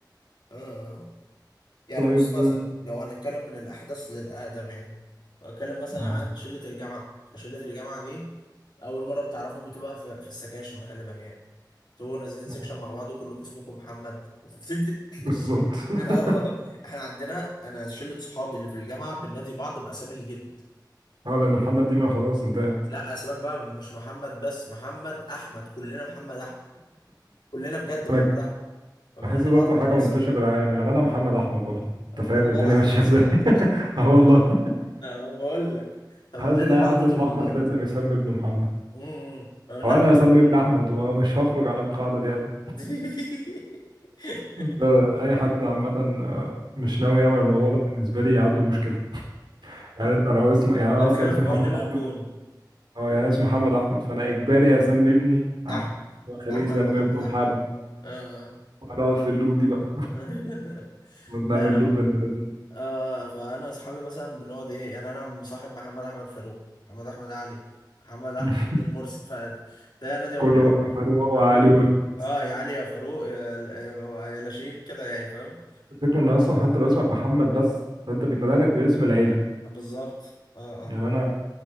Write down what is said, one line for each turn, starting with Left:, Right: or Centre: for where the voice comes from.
Left: اه آه. يعني
Right: طيب
Left: بص مثلا لو هنتكلم من الأحدث للأقدم يعني لو هنتكلم مثلا
Right: اه
Left: عن شلة الجامعة فشلة الجامعة دي أول مرة بتعرفهم بتبقى في, في السكاشن غالبا يعني تبقوا نازلين
Right: آه،
Left: سكشن مع بعض وكلكم اسمكم محمد <laughs>
Right: بالظبط <laughs>
Left: اه احنا عندنا انا شله صحابي اللي في الجامعه بننادي بعض باسامي الجد
Right: اه لأن محمد ديما خلاص انتهت
Left: لا سيبك بقى مش محمد بس محمد احمد كلنا محمد احمد كلنا بجد محمد
Right: انا ك-
Left: احمد فبننادي
Right: بحس ده
Left: بعض
Right: اكتر
Left: بالاسم
Right: حاجه منتشره في العالم يعني انا محمد احمد برضه انت
Left: والله
Right: فاهم الدنيا
Left: العظيم
Right: ماشيه ازاي <laughs>
Left: <laughs>
Right: اه والله
Left: أنا بقول لك فبننادي
Right: حاسس ان اي
Left: بعض
Right: حد
Left: بال
Right: اسمه احمد لازم يسمي ابنه محمد
Left: امم الناس
Right: او انا هسمي
Left: ال-
Right: ابني احمد ومش هخرج عن القاعده دي ابدا
Left: <laughs>
Right: لا، اي حد عامه آه، مش ناوي يعمل الموضوع ده بالنسبه لي عنده مشكله يعني انت لو اسم يعني انا
Left: اتخلف
Right: اصلا اسمي
Left: قوانين
Right: محمد احمد
Left: الكون
Right: اه يعني اسمي محمد احمد فانا اجباري اسمي ابني احمد
Left: احمد
Right: واخليه
Left: احمد
Right: يسمي
Left: محمد
Right: ابنه محمد
Left: احمد آه.
Right: ونقعد في اللوب دي بقى
Left: <laughs>
Right: <laughs> نعمل
Left: لا انا
Right: لوب بنت لذينه
Left: آه فانا اصحابي مثلا بنقعد ايه يعني انا مصاحب محمد احمد فاروق محمد احمد علي محمد احمد
Right: <laughs>
Left: المرسي فتلاقي نادي يقول
Right: كله
Left: لي
Right: بقى فاروق
Left: يا
Right: وعلي
Left: فاروق
Right: والمؤسس
Left: اه يا علي يا فاروق يا يا يا لاشين كده يعني فاهم
Right: الفكرة ان اصلا حتى لو اسمك محمد بس فانت بيتنادى لك باسم العيلة
Left: بالظبط اه
Right: يعني انا